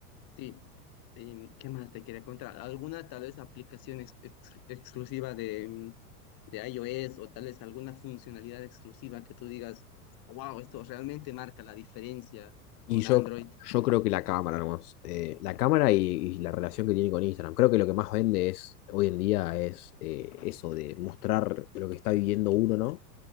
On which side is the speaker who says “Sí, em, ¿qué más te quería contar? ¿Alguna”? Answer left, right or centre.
Left